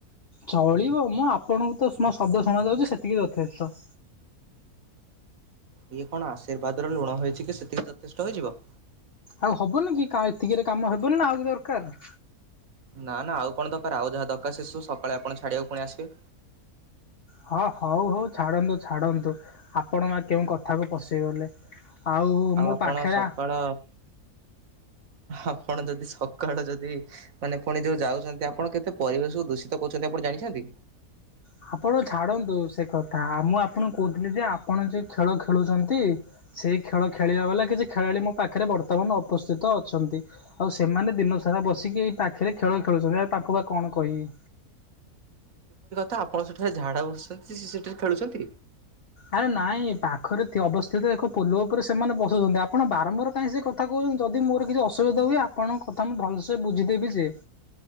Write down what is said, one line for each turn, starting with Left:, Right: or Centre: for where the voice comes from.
Left: ଚଳିବ ମ, ଆପଣଙ୍କୁ ତ ମୋ ଶବ୍ଦ ଶୁଣା ଯାଉଛି, ସେତିକି ଯଥେଷ୍ଟ। <inaudible>
Right: ଇଏ କଣ, ଆଶୀର୍ବାଦ ର ରୁଣ ହେଇଛି କି ସେତିକିରେ ଯଥେଷ୍ଟ ହେଇଯିବ?
Left: ଆଉ ହବନି କି କଣ ଏତିକିରେ କାମ ହବନି ନା ଆଉ ଦରକାର?
Right: ନା, ନା ଆଉ କଣ ଦରକାର? ଆଉ ଯାହା ଦରକାର ସେସବୁ ସକାଳେ ଆପଣ ଛାଡିବାକୁ ପୁଣି ଆସିବେ।
Left: ହଁ। ହଉ, ହଉ ଛାଡନ୍ତୁ ଛାଡନ୍ତୁ, ଆପଣ ବା କେଉଁ କଥାକୁ ପଶେଇଗଲେ। ଆଉ ମୋ
Right: ଆପଣ
Left: ପାଖରେ
Right: ସକାଳ ଆପଣ ଯଦି ସକାଳୁ ଯଦି ମାନେ ପୁଣି ଯୋଉ ଯାଉଛନ୍ତି ଆପଣ କେତେ ପରିବେଶକୁ ଦୂଷିତ କହୁଛନ୍ତି ଆପଣ ଜାଣିଛନ୍ତି?
Left: ହ ଆପଣ ଛାଡନ୍ତୁ ସେ କଥା, ଆଉ ମୁଁ ଆପଣଙ୍କୁ କହୁଥିଲି ଯେ, ଆପଣ ଯୋଉ ଖେଳ ଖେଳୁଛନ୍ତି। ସେଇ ଖେଳ ଖେଳିବା ବାଲା, କିଛି ଖେଳାଳି ମୋ ପାଖରେ ବର୍ତ୍ତମାନ ଉପସ୍ଥିତ ଅଛନ୍ତି। ଆଉ ସେମାନେ ଦିନ ସା ହେରା ବସିକି ଏଇ ପାଖରେ ଖେଳ ଖେଳୁଛନ୍ତି। ଆଉ ତାଙ୍କୁ ବା କଣ, କହିବି।
Right: ତ ଆପଣ ସେଠାରେ ଝାଡ଼ା ବସୁଛନ୍ତି? ସେ ସେଠାରେ ଖେଳୁଛନ୍ତି?
Left: ଆରେ ନାଇଁ ପାଖରେ, ଥି-ଅବସ୍ଥିତ ଏକ ପୋଲ ଉପରେ ସେମାନେ ବସୂଛନ୍ତି। ଆପଣ ବାରମ୍ବାର କାହିଁ ସେ କଥା କହୁଛନ୍ତି। ଯଦି ମୋର କିଛି ଅସୁବିଧା ହୁଏ, ଆପଣଙ୍କ କଥା ମୁଁ ଭଲସେ ବୁଝିଦେବି ଯେ।